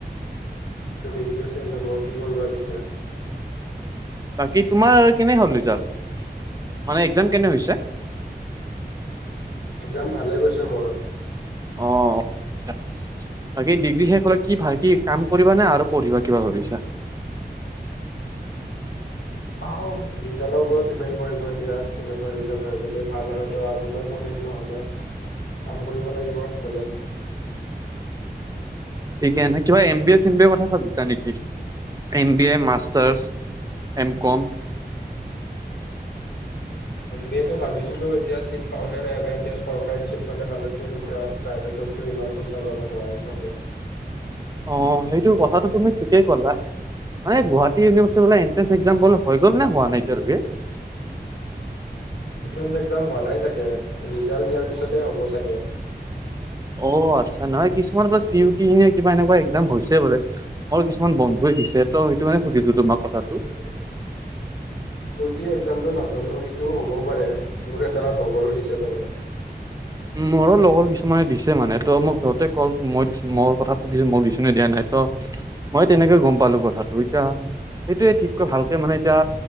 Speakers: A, on the left (about 85°); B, on the right (about 20°).
A: এইটো ডিগ্ৰীও চেঞ্জ হ'ব কি কৰিবা পিছে?
B: বাকী তোমাৰ কেনে হ'ল ৰিজাল্ট মানে একজাম কেনে হৈছে?
A: একজাম ভালে গৈছে মোৰ।
B: অহ, বাকী দিগ্ৰী <inaudible> কি ভাই কি কাম কৰিবানে আৰু পঢ়িবা কিবা ভাবিছা?
A: চাও ৰিজাল্টৰ ওপৰত ডিপেণ্ড কৰিব এতিয়া কেনেকুৱা ৰিজাল্ট হয় যদি ভাল হয় ত আগলৈ পৰিম নহলে, কাম কৰিব লাগিব বেলেগ।
B: ঠিকে নে, কিবা এম বি এ চেম বি এৰ কথা ভাবিছা নেকি? M B A masters M com.
A: M B A তটো ভাবিছিলো এতিয়া চিট পাও নে নাইবা এতিয়া চৰকাৰী চিট পালে ভাল আছিল এতিয়া প্ৰাইভেটতো ইমান পইচা যাব নোৱাৰিম চাগে।
B: অ সেইটো কথাটো তুমি ঠিকেই কলা। মানে গুৱাহাটী ইউনিভাৰ্চিটি ফালে এন্ত্ৰেষ্ট এক্সাম বোৰ হৈ গল নে হোৱা নাই এতিয়া লৈকে?
A: এনট্ৰেন্ঞ্চ একজাম হোৱা নাই চাগে, ৰিজাল্ট দিয়াৰ পিছতে হ'ব চাগে।
B: অ আচ্ছা নহয় কিছুমানৰ পৰা চি ইউটি এ কিবা এনেকুৱা একজাম হৈছে। বোলে, মোৰ কিছুমান বন্ধুয়ে দিছে ত সেইটো মানে সুধিলো তোমাক কথাটো।
A: <unintelligible> প্ৰতি একজামটো নাজানো সেইটো হ'বও পাৰে, মোৰ এটা লগৰো দিছে তাৰ মানে।
B: মোৰো লগৰ কিছুমানে দিছে মানে ত মোক সিহঁতে কল মই দিছো মোৰ কথা সুধিছো মই দিয়া নাই ত মই তেনেকে গম পালো কথাটো এতিয়া সেইটোয়ে ঠিককৈ ভালকে মানে এতিয়া